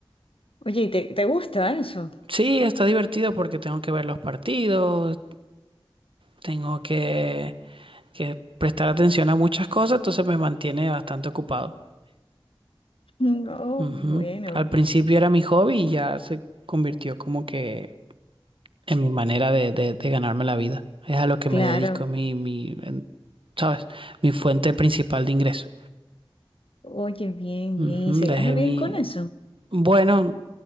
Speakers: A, on the left; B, on the right.
A: Oye, ¿y ¿te, te gusta eso?
B: Sí, está divertido porque tengo que ver los partidos, tengo que, que prestar atención a muchas cosas, entonces me mantiene bastante ocupado.
A: Mm, Oh,
B: Ujú.
A: bueno,
B: Al principio era mi hobby y ya se convirtió como que en mi manera de, de- de ganarme la vida. Es a lo que
A: claro.
B: me dedico, es mi, mi, en- ¿sabes? Mi fuente principal de ingreso.
A: Oye, bien,
B: Ujú,
A: bien. ¿Y se
B: Dejé
A: gana bien
B: mi...
A: con eso?
B: Bueno,